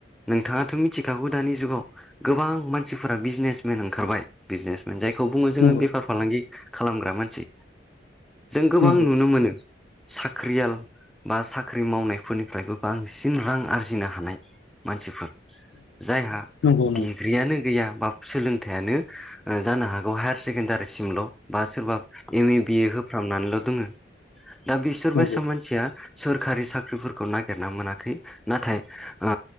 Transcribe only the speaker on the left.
नंगौ
नंगौ नंगौ
नंगौ नंगौ
नंगौ